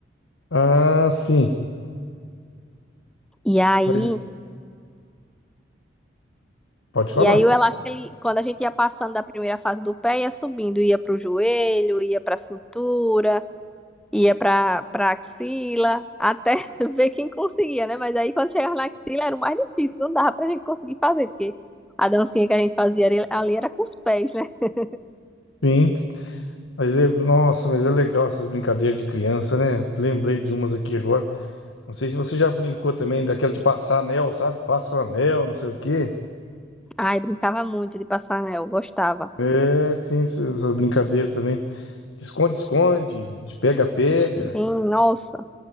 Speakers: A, on the left; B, in the centre.
A: Ah, sim.
B: E aí,
A: Mas pode falar.
B: e aí o elástico, ele, quando a gente ia passando da primeira fase do pé, ia subindo, ia pro joelho, ia pra cintura. Ia pra, pra axila, até <laughs> ver quem conseguia, né? Mas aí quando chegava na axila era o mais difícil, não dava pra gente conseguir fazer, porque a dancinha que a gente fazia ali, ali era com os pés, né? <laughs>
A: Sim. Mas, é- nossa, mas é legal essas brincadeiras de criança, né? Lembrei de umas aqui agora. Não sei se você já brincou também daquela de passar anel, sabe? Passa o anel, não sei o quê.
B: Ai, brincava muito de passar anel, gostava.
A: É, tem essas essas brincadeiras também. De esconde-esconde, de pega-pega,
B: Sim, nossa.